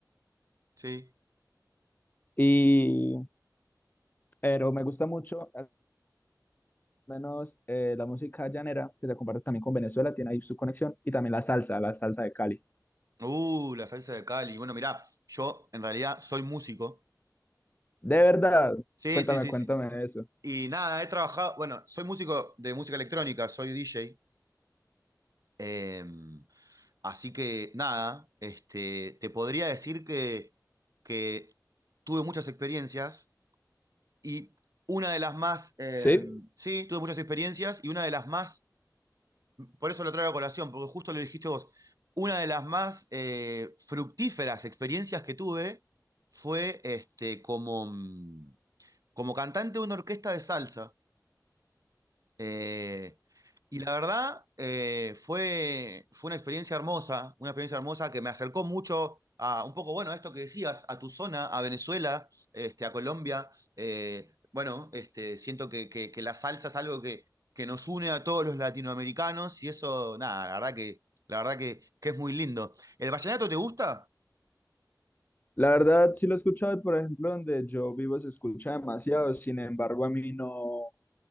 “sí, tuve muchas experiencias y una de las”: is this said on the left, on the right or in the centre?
Right